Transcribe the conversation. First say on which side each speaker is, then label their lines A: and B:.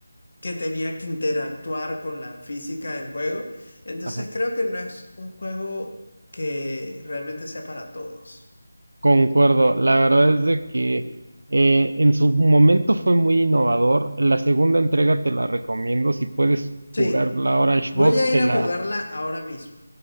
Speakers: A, on the left (about 60°); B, on the right (about 75°).
A: que tenía que interactuar con la física del juego. Entonces
B: Ajá.
A: creo que no es un juego que realmente sea para todos.
B: Concuerdo. La verdad es de que eh, en su momento fue muy innovador. La segunda entrega te la recomiendo. Si puedes jugar
A: Sí,
B: la Orange
A: voy
B: Box,
A: a
B: te
A: ir
B: la,
A: a jugarla ahora mismo.